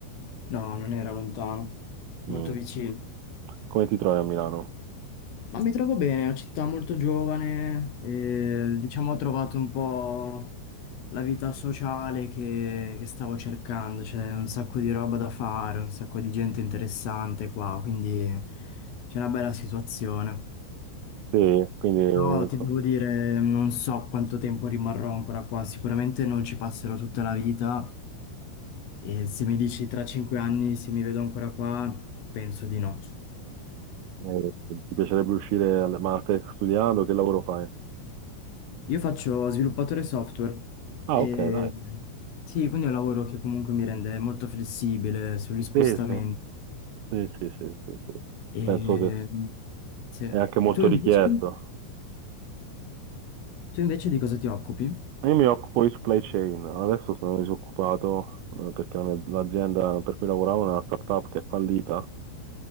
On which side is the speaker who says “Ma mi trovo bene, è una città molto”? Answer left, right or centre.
Left